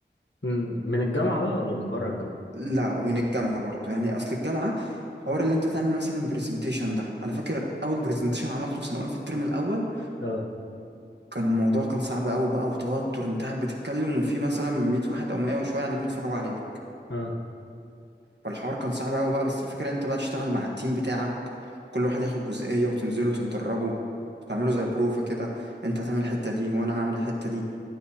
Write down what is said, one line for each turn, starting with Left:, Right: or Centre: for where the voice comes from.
Left: مم. من الجامعة بقى ولا من بره الجامعة؟
Right: لا ومن الجامعة برضو يعني أصل الجامعة حوار اللي أنت تعمل مثلا برزنتيشن ده أنا فاكر أول برزنتيشن عملته في سنة أولى في الترم الأول
Left: اه
Right: كان الموضوع كان صعب أوي بقى وتوتر أنت قاعد بتتكلم وفي مثلا 100 واحد أو 100 وشوية قاعدين بيتفرجوا عليك
Left: اه
Right: فالحوار كان صعب قوي بقى بس الفكره ان انت بقى تشتغل مع التيم بتاعك كل واحد ياخد جزئيه وتنزلوا تتدربوا تعملوا زي بروفه كده انت هتعمل الحته دي وانا هعمل الحته دي